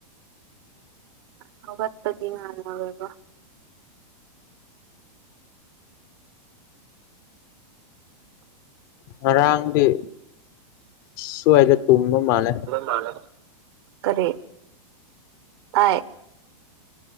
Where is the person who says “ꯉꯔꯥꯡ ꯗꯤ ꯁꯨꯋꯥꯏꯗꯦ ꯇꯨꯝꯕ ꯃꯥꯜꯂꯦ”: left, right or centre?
Left